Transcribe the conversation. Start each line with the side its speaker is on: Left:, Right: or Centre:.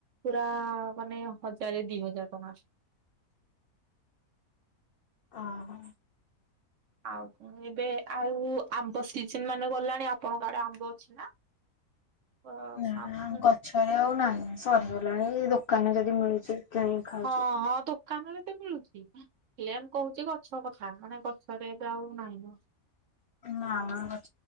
Right: ପୁରା ମାନେ ହଜାରେ ଦି ହଜାର ଟଙ୍କା।
Left: ଓହୋ।
Right: ଆଉ କଣ ଏବେ ଆଉ ଆମ୍ବ ସିଜିନ୍ ମାନେ ଗଲାଣି ଆପଣଙ୍କ ଆଡେ ଆମ୍ବ ଅଛି ନା? ଅ
Left: ନା
Right: ଆଉ ନାହିଁ।
Left: ଗ ଛରେ ଆଉ ନାହିଁ ସରିଗଲାଣି ଏଇ ଦୋକାନରେ ଯଦି ମିଳୁଛି। କିଣିକି ଖାଉଛୁ।
Right: ହଁ ହଁ ଦୋକାନରେ ତ ମିଳୁଛି ହେଲେ ମ୍ କହୁଛି ଗ ଛ କଥା ମାନେ ଗଛରେ ଏବେ ଆଉ ନାହିଁନ।
Left: ନା ନା ଗ